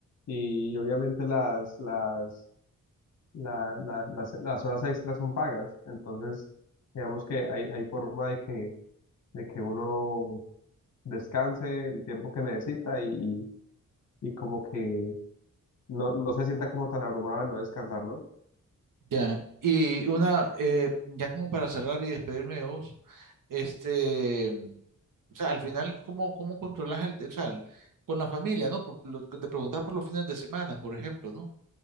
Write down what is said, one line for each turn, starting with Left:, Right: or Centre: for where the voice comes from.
Left: Y obviamente las, las, la- la- las, las horas extras son pagas. Entonces, digamos que hay, hay forma de que, de que uno descanse el tiempo que necesita y, y, y como que no, no se sienta como tan abrumado de no descansar, ¿no?
Right: Ya, y una, eh, ya como para cerrar y despedirme de vos, este, o sea, al final, ¿cómo, cómo controlas el, o sea, el- con la familia, ¿no? Por lo que te preguntabas por los fines de semana, por ejemplo, ¿no? O